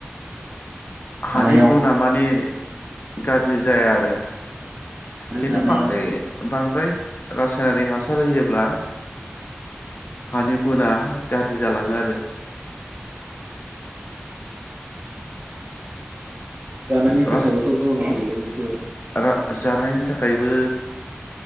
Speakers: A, on the left (about 50°); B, on the right (about 45°).
A: हानि
B: जानायाव
A: गुना मानि गारजि जाया आरो।
B: आरो
A: खिन्थु
B: जानायाव
A: बांद्राय बांद्राय रासायनारि हासार होयो। ब्ला हानि गुना गाज्रि जालाङो आरो।
B: जानायनि थाखायबोथ'
A: रास
B: गोहोमा <unintelligible>
A: रा जानायनि थाखायबो